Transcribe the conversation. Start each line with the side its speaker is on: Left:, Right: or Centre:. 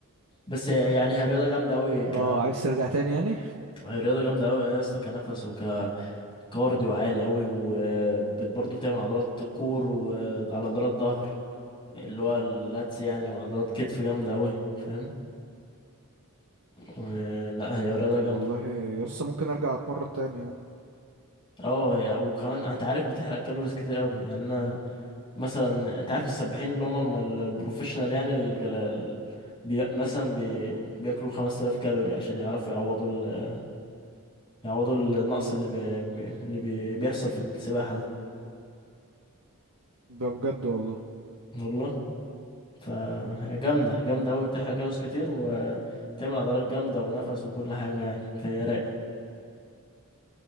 Left: بس يعني هي الرياضة جامدة أوي ك...
Right: اه عايز ترجع تاني يعني
Left: هي رياضة جامدة أوي يا اسطى كنفس وكارديو عالي أوي وبرضه بتعمل عضلات كور وعلى عضلات ظهر اللي هو اللاتس يعني وعضلات كتف جامدة أوي فاهم و- لا هي رياضة
Right: طب
Left: جامدة
Right: والله يسا ممكن ارجع اتمرن تاني يعني
Left: اه هي وكمان انت عارف بتحرق كالوريز كتير أوي يعني انا مثلا انت عارف السباحين اللي هم الم- ال- البروفيشنال يعني ال... ال- بي... مثلا بي... بياكلوا 5000 كالوري عشان يعرفوا يعوضوا ال... يعوضوا النقص اللي بي... بي- اللي بي... بيحصل في السباحة ده
Right: ده بجد والله
Left: والله فهي جامدة جامدة أوي بتحرق كالوريز كتير وبتعمل عضلات جامدة ونفس وكل حاجة يعني فهي رايقة